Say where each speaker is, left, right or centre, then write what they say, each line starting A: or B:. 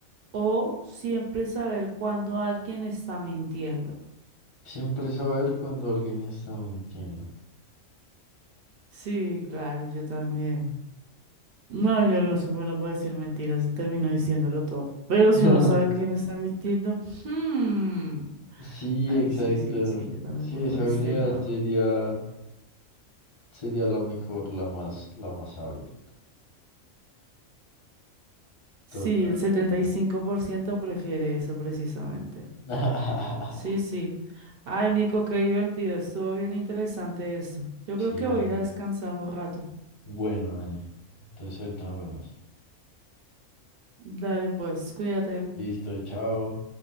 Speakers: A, on the right; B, on the left.
A: o siempre saber cuando alguien está mintiendo?
B: Siempre saber cuando alguien está mintiendo.
A: Sí, claro, yo también. No, yo no soy bueno para decir mentiras, termino diciéndolo todo. Pero si
B: <laughs>
A: uno sabe quién está mintiendo, hmm,
B: Sí,
A: ahí
B: exacto.
A: sí, sí, sí, yo también
B: Sí,
A: voy
B: esa
A: por este
B: habilidad
A: lado.
B: sería, sería la mejor, la más, la más hábil.
A: Sí,
B: Total.
A: el setenta
B: total.
A: y cinco por ciento prefiere eso precisamente.
B: <laughs>
A: Sí, sí. Ay, Nico, qué divertido, estuvo bien interesante esto. Yo
B: Sí,
A: creo que
B: Dani.
A: voy a ir a descansar un rato.
B: Bueno, Dani. Entonces ahorita nos vemos.
A: Dale, pues, cuídate.
B: Listo, chao.